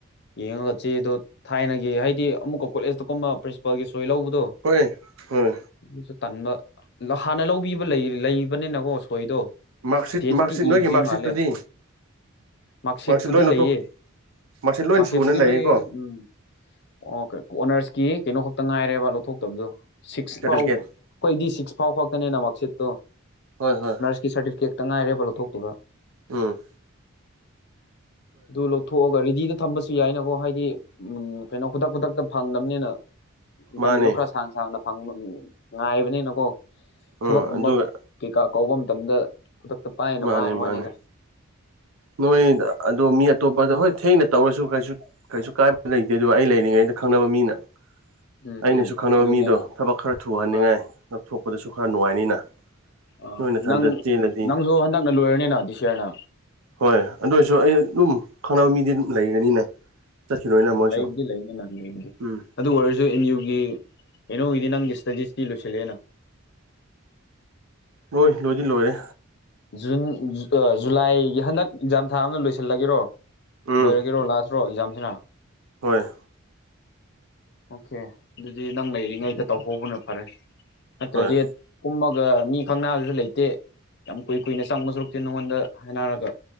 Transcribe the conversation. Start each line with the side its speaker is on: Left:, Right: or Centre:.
Left: ꯌꯦꯡꯉꯒ ꯆꯦꯗꯣ ꯊꯥꯏꯅꯒꯤ ꯍꯥꯏꯗꯤ ꯑꯃꯨꯛꯀ ꯀꯣꯂꯦꯖꯇ ꯀꯨꯝꯅ ꯄ꯭ꯔꯤꯟꯁꯤꯄꯥꯜꯒꯤ ꯁꯣꯏ ꯂꯧꯕꯗꯣ
Right: ꯍꯣꯏ ꯍꯣꯏ
Left: ꯑꯗꯨꯁꯨ ꯇꯟꯕ ꯍꯥꯟꯅ ꯂꯧꯕꯤꯕ ꯂꯩꯕꯅꯤꯅꯀꯣ ꯁꯣꯏꯗꯣ
Right: ꯃꯥꯔꯛꯁꯤꯠ
Left: ꯗꯦꯇꯤ
Right: ꯃꯥꯔꯛꯁꯤꯠ ꯅꯣꯏꯒꯤ
Left: ꯏꯗ꯭ꯔꯤ
Right: ꯃꯥꯔꯛꯁꯤꯠꯇꯨꯗꯤ
Left: ꯃꯥꯂꯦ ꯃꯥꯥꯛꯁꯦꯠꯄꯨꯗꯤ
Right: ꯃꯥꯔꯛꯁꯤꯠ ꯂꯣꯏ ꯂꯧꯊꯣꯛ
Left: ꯂꯩꯌꯦ
Right: ꯃꯥꯔꯛꯁꯤꯠ ꯂꯣꯏ
Left: ꯃꯔꯁꯦꯠꯄꯨꯗꯤ
Right: ꯁꯨꯅ ꯂꯩꯌꯦꯀꯣ
Left: ꯂꯣꯏꯌꯦ ꯎꯝ ꯑꯣ ꯑꯣꯅꯔꯁꯀꯤ ꯀꯩꯅꯣ ꯈꯛꯇ ꯉꯥꯏꯔꯦꯕ ꯂꯧꯊꯣꯛꯇꯕꯗꯣ ꯁꯤꯛꯁ
Right: ꯁꯥꯔꯇꯤꯐꯤꯀꯦꯠ
Left: ꯐꯥꯎ ꯑꯩꯈꯣꯏꯗꯤ ꯁꯤꯛꯁ ꯐꯥꯎ ꯈꯛꯀꯅꯦꯅ ꯃꯥꯔꯛꯁꯤꯠꯇꯣ
Right: ꯍꯣꯏ ꯍꯣꯏ
Left: ꯁꯥꯔꯇꯤꯐꯤꯀꯦꯠꯇ ꯉꯥꯏꯔꯦꯕ ꯂꯧꯊꯣꯛꯇꯕ
Right: ꯑꯝ
Left: ꯑꯗꯨ ꯂꯧꯊꯣꯛꯑꯒ ꯔꯤꯗꯤꯗ ꯊꯝꯕꯁꯨ ꯌꯥꯏꯅꯀꯣ ꯍꯥꯏꯗꯤ ꯎꯝ ꯀꯩꯅꯣ ꯈꯨꯗꯛ ꯈꯨꯗꯛꯇ ꯐꯪꯗꯝꯕꯅꯤꯅ ꯃꯇꯝꯗꯣ
Right: ꯃꯥꯅꯦ
Left: ꯈꯔ ꯁꯥꯡꯅ ꯁꯥꯡꯅ ꯐꯪꯕ ꯉꯥꯏꯕꯅꯤꯅꯀꯣ
Right: ꯎꯝ
Left: ꯊꯕꯛꯀꯨꯝꯕ
Right: ꯑꯗꯨꯒ
Left: ꯀꯩꯀꯥ ꯀꯧꯕ ꯃꯇꯝꯗ ꯈꯨꯗꯛꯇ ꯄꯥꯏꯅꯕ
Right: ꯃꯥꯅꯦ
Left: ꯍꯥꯏ
Right: ꯃꯥꯅꯦ
Left: ꯋꯥꯅꯤꯗ
Right: ꯅꯣꯏ ꯑꯗꯣ ꯃꯤ ꯑꯇꯣꯞꯄꯗ ꯍꯣꯏ ꯊꯦꯡꯅ ꯇꯧꯔꯁꯨ ꯀꯩꯁꯨ ꯀꯩꯁꯨ ꯀꯥꯏꯕ ꯂꯩꯇꯦ ꯑꯗꯨꯕꯨ ꯑꯩ ꯂꯩꯔꯤꯉꯩꯗ ꯈꯪꯅꯕ ꯃꯤꯅ
Left: ꯎꯝ
Right: ꯑꯩꯅꯁꯨ
Left: ꯎꯝ
Right: ꯈꯪꯅꯕ
Left: ꯑꯗꯨꯅꯦ
Right: ꯃꯤꯗꯣ ꯊꯕꯛ ꯈꯔ ꯊꯨꯍꯟꯅꯤꯡꯉꯥꯏ
Left: ꯍꯣꯏ
Right: ꯉꯊꯣꯛꯄꯗꯁꯨ ꯈꯔ ꯅꯨꯡꯉꯥꯏꯅꯤꯅ
Left: ꯑꯥ
Right: ꯅꯣꯏ ꯅꯊꯟꯗ
Left: ꯅꯪ
Right: ꯆꯦꯜꯂꯗꯤ
Left: ꯅꯪꯁꯨ ꯍꯟꯗꯛꯅ ꯂꯣꯏꯔꯅꯤꯅ ꯗꯤꯁꯔꯅ
Right: ꯍꯣꯏ ꯑꯗꯨ ꯑꯣꯏꯔꯁꯨ ꯑꯩ ꯑꯗꯨꯝ ꯈꯪꯅꯕ ꯃꯤꯗꯤ ꯑꯗꯨꯝ ꯂꯩꯒꯅꯤꯅ ꯆꯠꯈꯤꯔꯣꯏꯅ
Left: ꯎꯝ
Right: ꯃꯣꯏꯁꯨ
Left: ꯂꯩꯕꯨꯗꯤ ꯂꯩꯅꯤ ꯂꯩꯕꯨꯗꯤ
Right: ꯎꯝ
Left: ꯑꯗꯨ ꯑꯣꯏꯔꯁꯨ ꯑꯦꯝ ꯌꯨꯒꯤ ꯀꯩꯅꯣꯒꯤꯗꯤ ꯅꯪꯒꯤ ꯁ꯭ꯇꯗꯤꯁꯇꯤ ꯂꯣꯏꯁꯤꯜꯂꯛꯑꯦꯅ
Right: ꯂꯣꯏ ꯂꯣꯏꯗꯤ ꯂꯣꯏꯔꯦ
Left: ꯖꯨꯟ ꯖꯨꯂꯥꯏꯒꯤ ꯍꯟꯗꯛ ꯑꯦꯛꯖꯥꯝ ꯊꯥ ꯂꯣꯏꯁꯤꯜꯂꯒꯦꯔꯣ
Right: ꯎꯝ
Left: ꯂꯣꯏꯔꯒꯦꯔꯣ ꯂꯥꯁꯔꯣ ꯑꯦꯛꯖꯥꯝꯁꯤꯅ
Right: ꯍꯣꯏ
Left: ꯑꯣꯀꯦ ꯑꯗꯨꯗꯤ ꯅꯪ ꯂꯩꯔꯤꯉꯩꯗ ꯇꯧꯍꯧꯕꯅ ꯐꯔꯦ ꯅꯠꯇ꯭ꯔꯗꯤ
Right: ꯍꯣꯏ
Left: ꯀꯨꯝꯃꯒ ꯃꯤ ꯈꯪꯅꯕꯁꯨ ꯂꯩꯇꯦ ꯌꯥꯝ ꯀꯨꯏ ꯀꯨꯏꯅ ꯆꯪꯕ ꯁꯔꯨꯛꯇꯦ ꯅꯉꯣꯟꯗ ꯍꯥꯏꯅꯔꯒ